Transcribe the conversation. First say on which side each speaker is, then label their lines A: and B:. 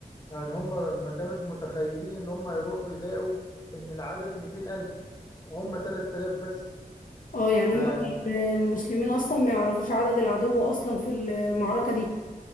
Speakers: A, on the left (about 25°); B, on the left (about 65°).
A: يعني هم ما كانوش متخيلين ان هم يروحوا يلاقوا ان العدد 200000 وهم 3000 بس
B: اه يعني
A: ف...
B: هم كان المسلمين اصلا ما يعرفوش عدد العدو اصلا في المعركة دي